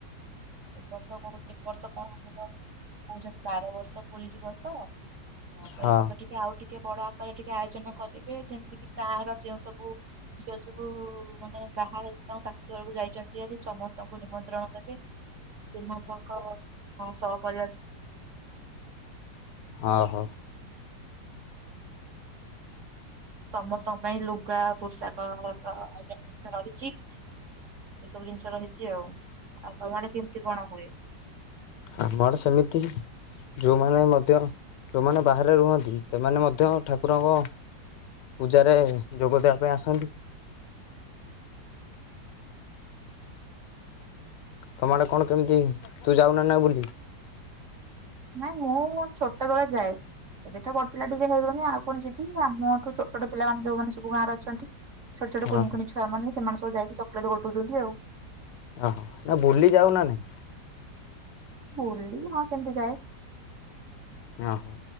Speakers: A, on the right (about 45°); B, on the left (about 75°).
A: ଏ ବର୍ଷ ଏ ବର୍ଷ କହୁଛି କଣର କହୁଛନ୍ତି ବାର ବର୍ଷ ପୁରି ଯିବ ତ ହଁ ତ
B: ହଁ
A: ଏ ବର୍ଷ ଟିକେ ଆଉ ଟିକେ ଟିକେ ବଡ ଆକାରରେ ଟିକେ ଆୟୋଜନ କରିବେ ଯେମିତି କିି ଗାଁର ଝିଅ ସବୁ ଝିଅ ସବୁ ମାନେ ବାହା ହେଇକି ତାଙ୍କ ଶାଶୁ ଘରକୁ ଯାଇଛନ୍ତି ହାରି ସମସ୍ତେ ତାଙ୍କୁ ନିମନ୍ତ୍ରଣ ଦେବେ? ସମସ୍ତଙ୍କର ଶହ ପରିବାର
B: ଅ ହୋ
A: ସମସ୍ତ ନାଇ ଲୁଗା, ପୋଷାକ ହଁ ଆଇଲା ଡରିଚି ଏଇ ସବୁ ଜିନିଷ ରହିଛି ଆଉ, ଆଉ ତମ ଆଡେ କେମିତି କଣ ହୁଏ?
B: ଆମର ସେମିତି, ଯେଉଁମାନେ ମଧ୍ୟ ଯେଉମାନେ ବାହାରେ ରୁହନ୍ତି ସେମାନେ ମଧ୍ୟ ଠାକୁରଙ୍କ ପୂଜାରେ ଯୋଗ ଦେବା ପାଇଁ ଆସନ୍ତି। ତମ ଆଡେ କଣ କେମିତି ତୁ ଯାଉନା ନା ବୋଲି
A: ନାଇଁ ମୁଁ ମୋ ଛୋଟବେଳେ ଯାଏ ଏବେ ତ ବଡ ପିଲା ଟିକେ ହେଇବନି ଆଉ କଣ ଯିବି ଆମଠୁ ଛୋଟ ଛୋଟ ପିଲାମାନେ ଯୋଉମାନେ ସବୁ ଗାଁରେ ଅଛନ୍ତି। ଛଟ ଛୋଟ
B: ହଁ
A: କୁଣ ଛୁଆାନମାନେ ଯାଇକି ଚକଲେଟ ଗଟଉଛନ୍ତି ଆଉ
B: ଓହୋ ନା ବୁଲି ଯାଉ ନା ନାଇଁ
A: ବଲଲି ହଁ ସମତି ଯଏ
B: ଓହୋ